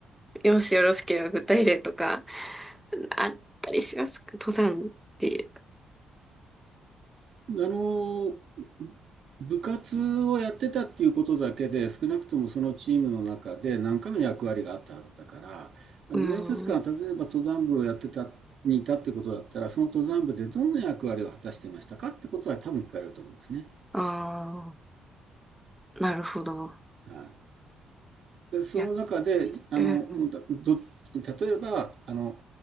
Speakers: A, in the centre; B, on the right.
A: もしよろしければ具体例とか、あったりしますか登山ってい
B: あの、部活をやってたっていうことだけで、少なくともそのチームの中で何かの役割があったはずだから、あの面接官は例えば登山部をやってた、
A: う。うん。
B: にいたってことだったら、その登山部でどんな役割を果たしてましたかってことは多分聞かれると思うんですね。
A: ああ、なるほど。
B: はい。で、その中で、
A: いや、
B: あの、
A: うん。
B: ど、例えば、あの、